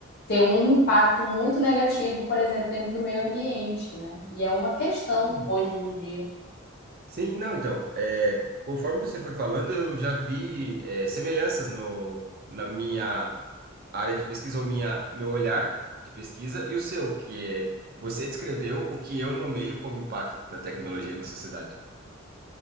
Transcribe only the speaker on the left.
ter um impacto muito negativo, por exemplo, dentro do meio ambiente, né? E é uma questão
hoje em dia.